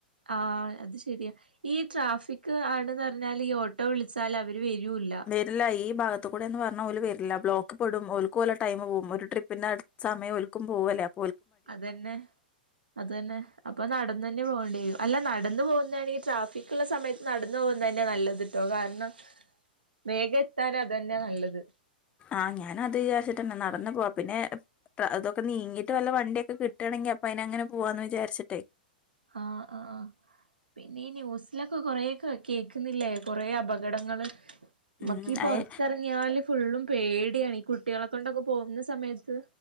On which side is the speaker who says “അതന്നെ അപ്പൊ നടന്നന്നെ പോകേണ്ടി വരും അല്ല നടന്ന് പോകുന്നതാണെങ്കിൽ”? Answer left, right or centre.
Right